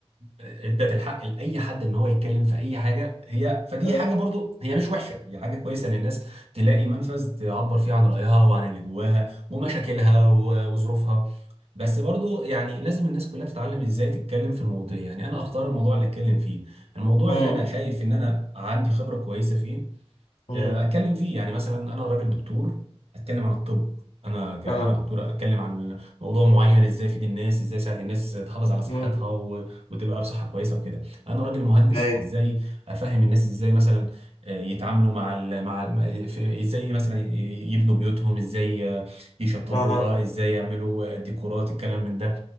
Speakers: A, on the right (about 65°); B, on the left (about 85°).
A: ادت الحق لاي حد ان هو يتكلم في اي حاجه هي فدي
B: آه.
A: حاجه برضو هي مش وحشه هي حاجه كويسه ان الناس تلاقي منفذ تعبر فيه عن رايها وعن اللي جواها ومشاكلها و- وظروفها بس برضو يعني لازم الناس كلها تتعلم ازاي تتكلم في المواضيع يعني انا اختار الموضوع اللي اتكلم فيه الموضوع
B: امم
A: اللي انا شايف ان انا عندي خبره كويسه فيه
B: امم
A: آه، اتكلم فيه يعني مثلا انا راجل دكتور اتكلم عن الطب انا ك... انا
B: اه
A: دكتور اتكلم عن موضوع معين ازاي افيد الناس ازاي اساعد الناس تحافظ على صحتها
B: امم
A: و... وتبقى بصحه كويسه وكده انا راجل مهندس
B: ايوه
A: ازاي افهم الناس ازاي مثلا آه، يتعاملوا مع ال... مع ال... في- ازاي مثلا ي- يبنوا بيوتهم ازاي آه، يشطبوها
B: اها
A: ازاي يعملوا آه، ديكورات الكلام من ده